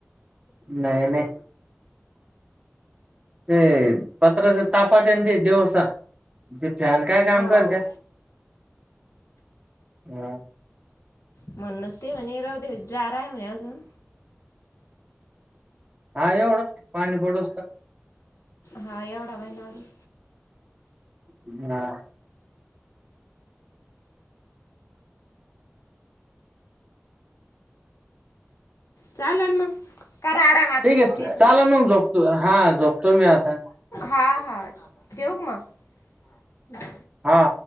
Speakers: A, on the right; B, on the left.
A: नाही, नाही. ते पत्राच तापात ये ते दिवसा ते फॅन काय काम
B: हो
A: करते? हम्म
B: म्हणूनच ते म्हणे राहू दे जार आहे म्हणे अजून
A: हा एवढं पाणी पडूस का
B: हा एवढा महिना आजून.
A: उम हा
B: चालेल मग करा आराम आता
A: ठीक
B: सुट्टीत,
A: आहे चाल मग झोपतो हा झोपतो मी आता
B: हा हा ठेवू का मग?
A: हा